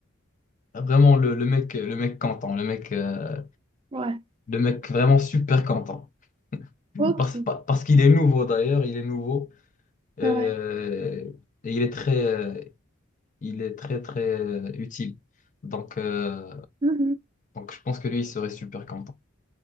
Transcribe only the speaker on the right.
Ouais.
Ok.
Ouais.
Mhm.